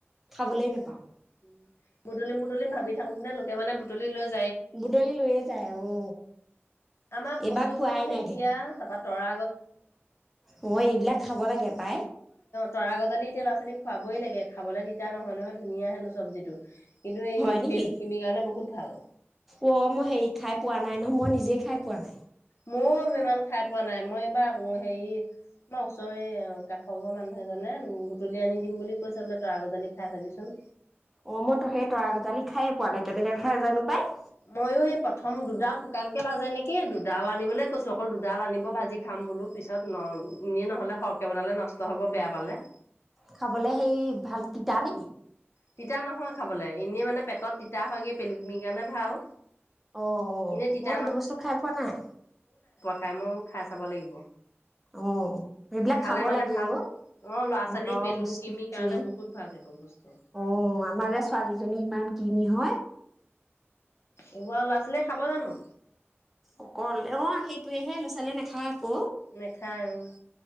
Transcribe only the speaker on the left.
<unintelligible>
আমাৰ
কচুথুৰ
ঢেকীয়া
এতিয়া লৰা
ছোৱালীক খুৱাবই লাগে খাবলৈ তিতা নহয় নহয় ধুনীয়া হেনো চব্জিটো কিন্তু এই
তেলখিনি কাৰণে বহুত ভাল
ময়ো ইমান খাই পোৱা নাই, মই এইবাৰ হেৰি মইয়ো ইমান খাই পোৱা নাই, মই এইবাৰ আমাৰ ওচৰে কাষৰ ঘৰৰ মানুহ এজনে বুটলি আনি দিম বুলি কৈছে বোলে তৰা গজালি খাই চাবিচোন।
ময়ো এই প্ৰথম দুডাল শুকান কে ভাজে নেকি? দুডাল লাগে আনিবলৈ কৈছোঁ অকল দুডাল আনিব ভাজি খাম বোলো পিছত ন এনেই নহ'লে সৰহকৈ বনালে নষ্ট হ'ব বেয়া পালে।
তিতা নহয় খাবলে, এনেই মানে পেটত তিতা হয় গে পেলুকমিৰ কাৰণে ভাল।
এনেই তিতা
তামোল খাই চাব লাগিব।
খালে
মানে
ভাল
অ ল'ৰা
ছোৱালী পেলু
কিমিৰ কাৰণে
বহুত ভাল সেইবোৰ বস্তু
কোৱা ল'ৰা ছোৱালীয়ে খাব জানো
নাখাই ওঁ